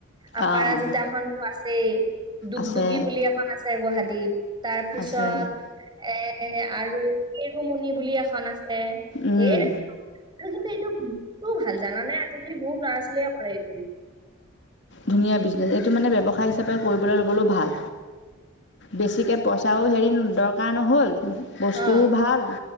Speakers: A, on the right; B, on the left.
A: আপাৰাজিতা
B: অঁ
A: খনটো আছেই দুগদুগী
B: আছে
A: বুলি এখন আছে গুৱাহাটীত। তাৰ পিছত
B: আছে
A: এ আৰু কেৰুমণি বুলি এখন আছ ছে
B: উম
A: ধেৰ আৰু কিন্তু এইটো <unintelligible> ভাল জানা নে আজিকালি বহুত ল'ৰা ছোৱালীয়ে। <unintelligible>
B: ধুনীয়া বিজনেচ এইটো মানে ব্যৱসায় হিচাপে কৰিবলৈ ল'বলৈও ভাল। বেছিকৈ পইচাও হেৰি দৰকাৰ নহ'ল। বস্তুও
A: অ
B: ভাল।